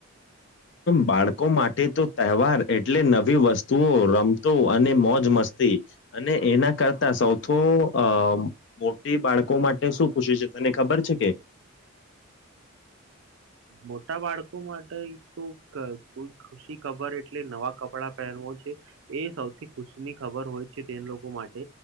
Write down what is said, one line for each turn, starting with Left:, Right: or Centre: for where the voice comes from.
Left: બાળકો માટે તો તહેવાર એટલે નવી વસ્તુઓ રમતો અને મોજ મસ્ત તી અને એના કરતા સૌથી અ મોટી બાળકો માટે શું ખુશી છે તને ખબર છે કે
Right: મોટા બાળકો માટે તો કોઈ ખુશી ખબર એટલે નવા કપડાં પહેરવો છે એ સૌથી ખુશી ની ખબર વાર હોય છે તે લોકો માટે